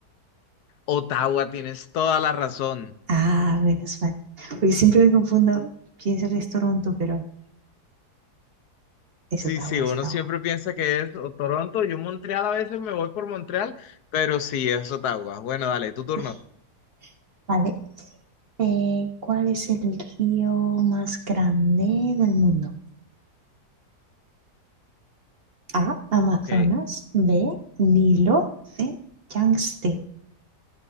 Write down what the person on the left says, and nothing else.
Ottawa, tienes toda la razón.
Sí,
sí, uno
siempre piensa que es o Toronto. Yo Montreal a veces me voy por Montreal, pero sí es Ottawa. Bueno, dale, tu turno.
Ok,